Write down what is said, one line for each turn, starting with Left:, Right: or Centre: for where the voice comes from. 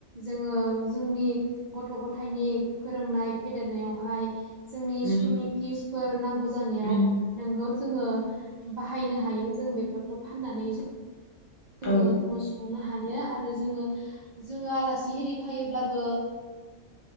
Right: जोङो जोंनि गथ गथायनि फोरोंनाय फेदेरनायावहाय जोंनि
Left: उम
Right: स्कुलनि फिस फोरा नांगौ जानायाव
Left: उम
Right: नोंगौ जोङो बाहायनो हायो जों बेफोरखौ फाननानै जों जोङो
Left: औ
Right: न सुफुंनो हायो बियो आरो जोङो जोङो आलासि एरि फैायोब्लाबो